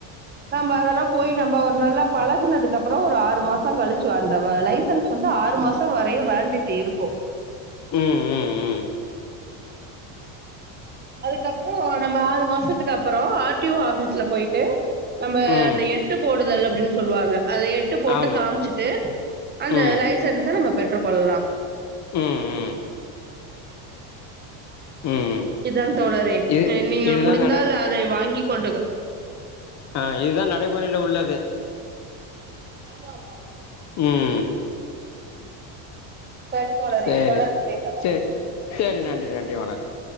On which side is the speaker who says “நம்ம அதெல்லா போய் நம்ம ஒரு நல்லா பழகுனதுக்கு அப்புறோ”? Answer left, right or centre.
Right